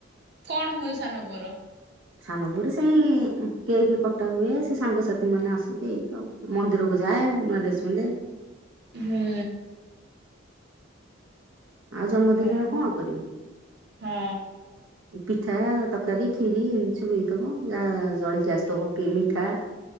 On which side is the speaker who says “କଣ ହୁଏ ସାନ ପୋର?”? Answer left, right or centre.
Right